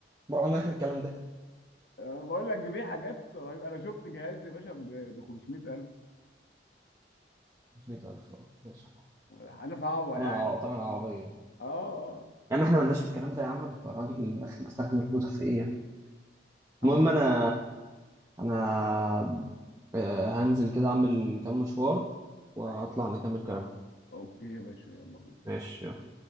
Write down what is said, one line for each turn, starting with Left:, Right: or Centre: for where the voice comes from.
Right: بره عنا احنا الكلام ده
Left: بقول لك دي حاجات رهيبة. انا شفت جهاز يا باشا ب 500000
Right: 500000 اه ماشي خلاص
Left: حاجه صعبه
Right: طبعا
Left: يعني
Right: عربية طبعا عربية يعني
Left: اه اه
Right: يا عم احنا مالناش في الكلام ده يا عم انا الراجل الاخري بستخدم الكمبيوتر في ايه يعني
Left: عم-
Right: المهم انا انا آه، هنزل كده اعمل كام مشوار واطلع
Left: ايوه
Right: نكمل كلام
Left: اوكي يا باشا يلا بينا
Right: ماشي يلا.